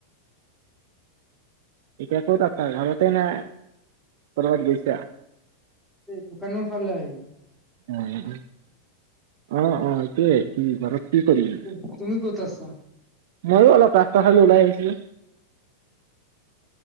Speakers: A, on the right; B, in the centre.
A: এতিয়া ক'ত আছা? ঘৰতেনে? ক'ৰবাত গৈছ
B: এই, দোকানৰ ফালে আহিলোঁ।
A: অ', অ, অ, এইটোয়েই কি, ঘৰত কি কৰিলি
B: হুহ, তুমি ক'ত আছা?
A: মইয়ো অলপ ৰাস্তাৰ ফালে ওলাই আহিছিলোঁ